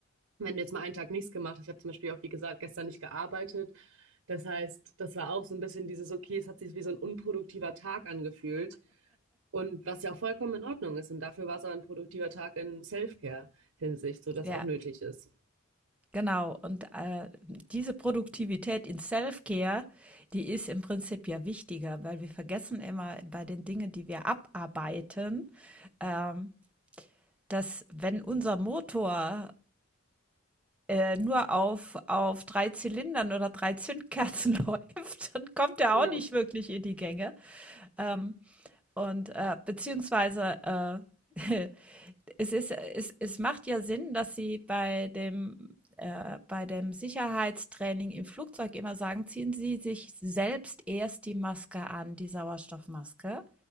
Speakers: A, on the right; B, in the centre.
A: wenn du jetzt mal einen Tag nichts gemacht hast, ich habe zum Beispiel auch, wie gesagt, gestern nicht gearbeitet. Das heißt, das war auch so ein bisschen dieses, okay, es hat sich wie so ein unproduktiver Tag angefühlt. Und was ja auch vollkommen in Ordnung ist. Und dafür war es aber ein produktiver Tag in Self-Care-Hinsicht, so dass
B: Ja,
A: auch nötig ist.
B: Genau, und äh, diese Produktivität in Self-Care, die ist im Prinzip ja wichtiger, weil wir vergessen immer bei den Dingen, die wir abarbeiten, ähm, dass wenn unser Motor äh, nur auf, auf drei Zylindern oder drei Zündkerzen <laughs> läuft, dann kommt er
A: Ja.
B: auch nicht wirklich in die Gänge. Ähm, und äh, beziehungsweise äh, <laughs> es ist, es, es macht ja Sinn, dass Sie bei dem, äh, bei dem Sicherheitstraining im Flugzeug immer sagen, ziehen Sie sich selbst erst die Maske an, die Sauerstoffmaske,